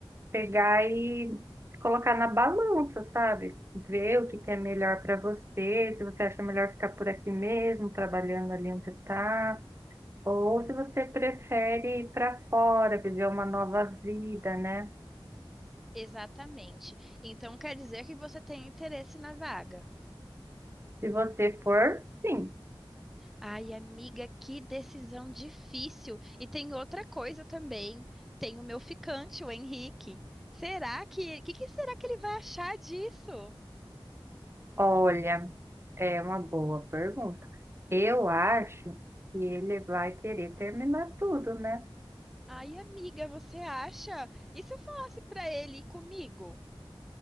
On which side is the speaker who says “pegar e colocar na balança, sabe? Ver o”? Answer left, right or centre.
Right